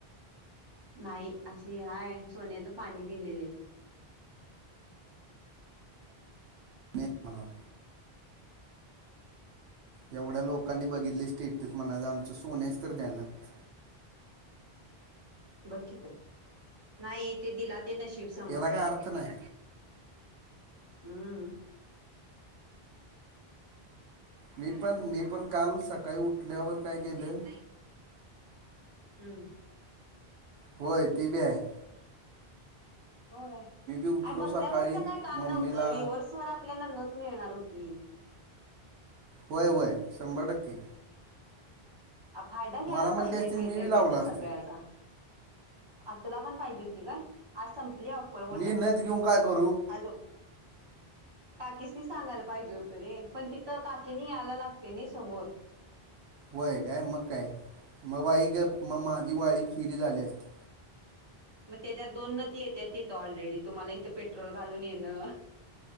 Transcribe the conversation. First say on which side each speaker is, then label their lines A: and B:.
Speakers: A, on the right; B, on the right.
A: नाही अशी हाय सोन्याचं पाणी दिलेली हाय.
B: आणि एक म्हणावं. एवढ्या लोकांनी बघितलय स्टेटस म्हणायचं, आमचं सोन्याची तर द्या नथ.
A: बघ की तर, नाही ते दिला ते नशीब समज.
B: याला काय अर्थ नाही
A: हम.
B: मी पण मी पण काल सकाळी उठल्यावर काय केलं
A: हम.
B: होय, ती बी हाय.
A: होय,
B: उठलो
A: आय बसल्या
B: सकाळी
A: बसल्या काय काम
B: मम्मीला
A: नव्हतं, विवर्स वर आपल्याला नथ मिळणार होती.
B: होय, होय शंभर टक्के
A: आ फायदा घ्यायला
B: मला म्हणली
A: पाहिजे,
B: असती
A: मिळतय
B: मी बी लावलं
A: तेचा सगळ्याचा.
B: असतं
A: आ तुला पण पाहिजे होती काय? आज संपली ऑफर वट
B: मी नथ घेऊन काय करू
A: आज काकीसनी सांगायला पाहिजे होतं रे. पण तिथं काकींनी याला लागतय नाही स्व समोर.
B: होय काय मग काय. मग बाई गप्प म माझी वाळी फिरी झाली असती.
A: मग तेच्यात दोन नथीं येत्यात तिथं. ऑलरेडी तुम्हाला इथं पेट्रोल घालून येणं.